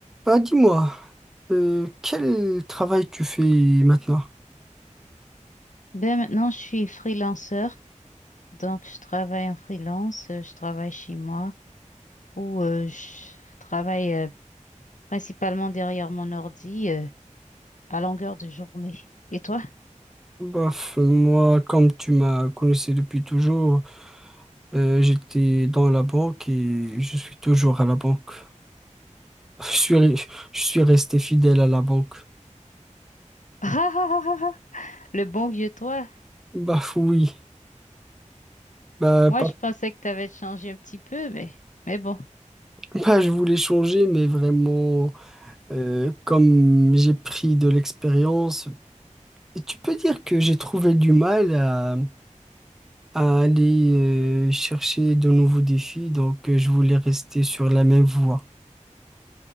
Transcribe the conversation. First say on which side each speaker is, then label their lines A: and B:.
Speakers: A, in the centre; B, on the left (about 75°).
A: Bah dis-moi, euh, quel travail tu fais maintenant?
B: Ben maintenant, je suis freelanceur, donc je travaille en freelance, euh, je travaille chez moi ou euh, je travaille euh, principalement derrière mon ordi euh, à longueur de journée. Et toi? <laughs>
A: Bof, moi, comme tu m'as connaissé depuis toujours, euh, j'étais dans la banque et je suis toujours à la banque. <laughs> Je suis, re- je suis resté fidèle à la banque.
B: Ah, ah, ah, ah, ah, le bon vieux toi.
A: Bah oui, bah,
B: Moi,
A: pas,
B: je pensais que tu avais changé un petit peu, mais, mais bon.
A: <laughs> pas je voulais changer, mais vraiment, euh, comme j'ai pris de l'expérience, et tu peux dire que j'ai trouvé du mal à aller euh, chercher de nouveaux défis, donc euh, je voulais rester sur la même voie.